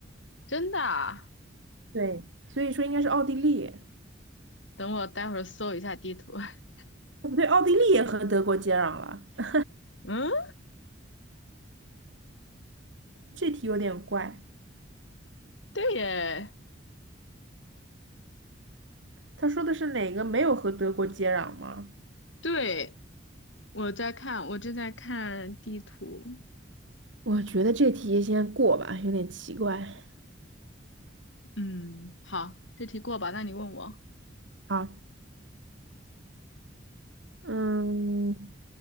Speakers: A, on the left; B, on the right.
A: 真的啊
B: 对，所以说应该是奥地利，
A: 等我待会儿搜一下地图。<laughs>
B: 哦不对，奥地利也和德国接壤了。<laughs>
A: 嗯，
B: 这题有点怪，
A: 对耶，
B: 他说的是哪个没有和德国接壤吗？
A: 对，我在看，我正在看地图。
B: 我觉得这题先过吧，有点奇怪。
A: 嗯，好，这题过吧，那你问我。
B: 好，嗯，